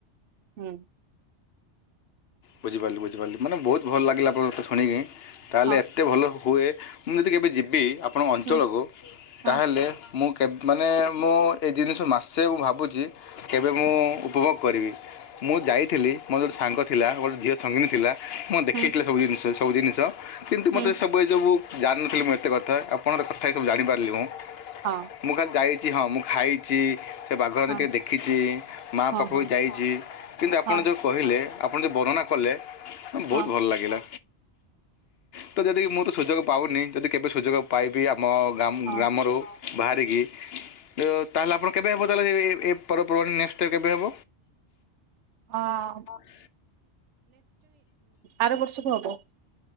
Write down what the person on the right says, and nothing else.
ହୁଁ।
ହଁ
ହୁଁ ହଁ
ହୁଁ
ହୁଁ
ହଁ
ହଁ
ହଁ
ହଁ
ହଁ
ହଁ
ହଁ
ଅଁ।
ଆର ବର୍ଷକୁ ହବ